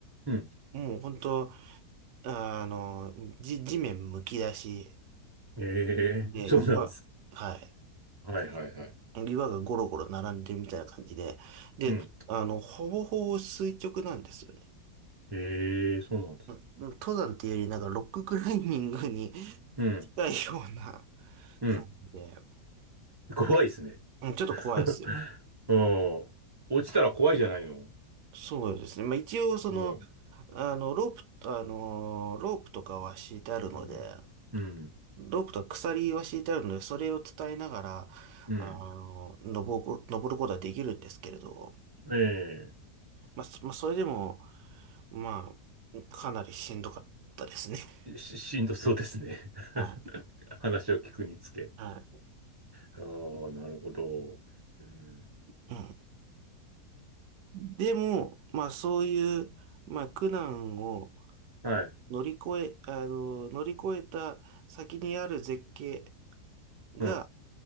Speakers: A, on the right; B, on the right.
A: うん。
B: もう本当あの、じ、地面むき出し
A: ええ
B: で、
A: <laughs> そうなんです。
B: 岩、はい。
A: はいはいはい。
B: 岩がゴロゴロ並んでるみたいな感じで。で、
A: うん。
B: あの、ほぼほぼ垂直なんですよね。
A: ええそうなんです。
B: うん登山っていうより、なんかロッククライミングに <laughs>
A: うん。
B: 近いような
A: うん。
B: 感じで。
A: 怖いですね。
B: うんちょっと怖いですよ。
A: <laughs> うん。落ちたら怖いじゃないの。
B: そうですね。まあ一応、その、
A: うん。
B: あの、ロープ、あの、ロープとかは敷いてあるので、
A: うん。うん。
B: ロープと鎖は敷いてあるので、それを伝えながら、
A: うん。
B: あの、登る、登ることはできるんですけれど、
A: ええ
B: まあ、そまあ、それでも、まあ、かなりしんどかったですね。<laughs>
A: し、<laughs> しんどそうですね。
B: はい。
A: <laughs> 話を聞くにつけ。
B: は
A: ああ、なるほど。うん。
B: い。うん。でも、まあ、そういう、まあ、苦難を
A: はい。
B: 乗り越え、あの、乗り越えた先にある絶景が、
A: うん。